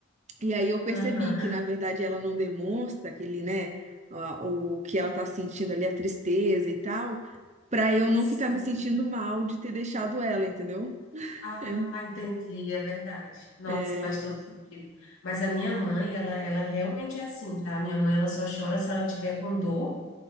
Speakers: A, on the right; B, on the left.
A: E aí eu percebi
B: aham,
A: que, na verdade, ela não demonstra aquele, né, a- o que ela tá sentindo ali, a tristeza e tal, pra eu não
B: Sim.
A: ficar me sentindo mal de ter deixado ela, entendeu?
B: Ah,
A: É.
B: entendi, é verdade. Nossa,
A: é.
B: faz
A: Aham,
B: todo sentido. Mas a minha mãe, ela, ela realmente é assim, tá? Minha mãe, ela só chora se ela tiver com dor.